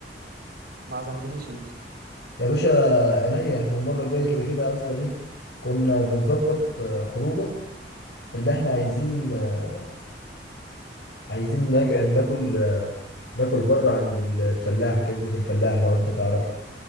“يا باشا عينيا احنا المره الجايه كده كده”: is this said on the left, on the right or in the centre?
Left